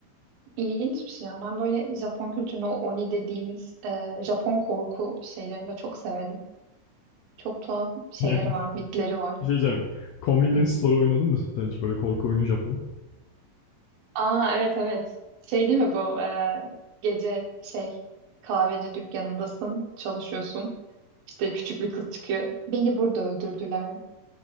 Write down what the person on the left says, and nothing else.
<laughs>
Bir şey diyeceğim. Convenience
Store oynadın mı sen hiç böyle korku oyunu Japon?